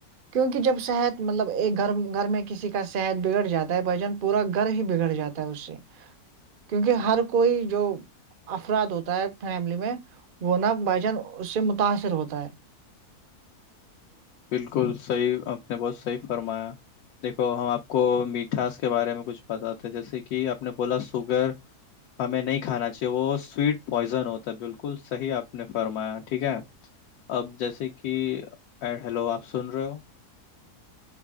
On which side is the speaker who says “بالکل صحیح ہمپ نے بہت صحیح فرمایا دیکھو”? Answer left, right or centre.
Left